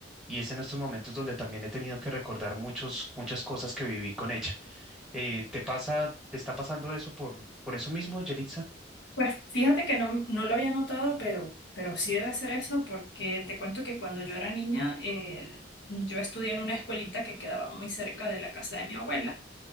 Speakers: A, in the centre; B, on the left.
A: y es en estos momentos donde también he tenido que recordar muchos, muchas cosas que viví con ella. Eh, ¿te pasa, te está pasando eso por, por eso mismo, Yelitza?
B: Pues fíjate que no, no lo había notado, pero, pero sí debe ser eso porque te cuento que cuando yo era niña, eh, yo estudié en una escuelita que quedaba muy cerca de la casa de mi abuela.